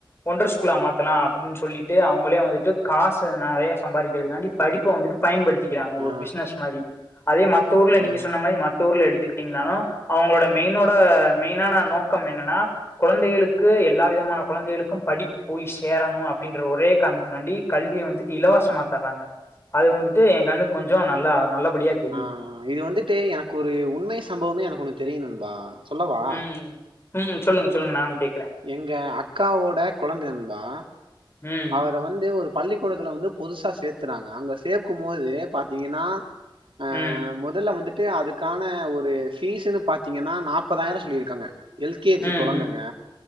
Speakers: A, on the left; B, on the right.
A: ஒன்ற ஸ்கூலா மாத்தலா அப்படின் சொல்லிட்டு அவங்களே வந்துட்டு காசு நெறைய சம்பாதிக்கிறதுக்காண்டி படிப்ப வந்துட்டு பயன்படுத்திக்கிறாங்க
B: ஆ
A: ஒரு பிசினஸ் மாதிரி அதே மத்த ஊர்ல நீங்க
B: ஆ
A: சொன்ன மாரி மத்த ஊர்ல எடுத்துக்கிட்டீங்கன்னாலு அவங்களோட மெயினோட மெயினான நோக்கம் என்னன்னா குழந்தைகளுக்கு எல்லா விதமான குழந்தைகளுக்கும் படிப்பு போய் சேரணு அப்படின்ற ஒரே காரணத்துக்காண்டி கல்விய வந்துட்டு இலவசமா தறாங்க அது வந்துட்டு என் கண்ணுக்கு கொஞ்ச நல்லா நல்லபடியா தெரியுது
B: ஆஹ் இது வந்துட்டு எனக்கு ஒரு உண்மை சம்பவமே எனக்கு ஒன்னு தெரியு நண்பா சொல்லவா
A: ம் ம் சொல்லுங்க சொல்லுங்க நானு கேக்குறே
B: எங்க அக்காவோட கொழந்த நண்பா
A: ம்
B: அவர வந்து ஒரு பள்ளிக்கூடத்துல வந்து புதுசா சேத்துறாங்க அங்க சே க்கும் போது பாத்தீங்கன்னா ஆஹ்
A: ம்
B: முதல்ல வந்துட் ட்டு அதுக்கான ஒரு ஃபீஸ்ன்னு பாத்தீங்கன்னா நாப்பதாயிரம் சொல்லியிருக்காங்க எல் கே ஜி
A: ம்
B: கொழந்தைங்க
A: ம்